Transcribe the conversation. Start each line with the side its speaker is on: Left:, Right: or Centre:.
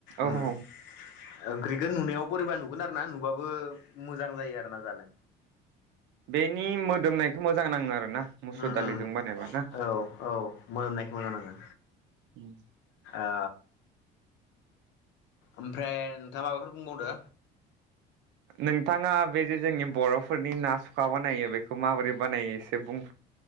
Right: औ
Left: उम
Right: औ
Left: ओंख्रिखौ नुनाय बोरैबा नुगन आरो ना नुबाबो मोजां जायो आरोना जानो
Right: बेनि मोदोमनायखौ मोजां नाङो आरो ना मुसुर
Left: उम
Right: दालिजों
Left: उम
Right: बानायबा ना
Left: औ औ मोनामनायखौ मोजां नाङो
Right: उम
Left: ओ ओमफ्राय नोंथाङा माबाफोर बुंबावदो
Right: नोंथाङा बे जे जोंनि बरफोरनि ना सुखा बानायो बेखौ माबोरै बानायो एसे बुं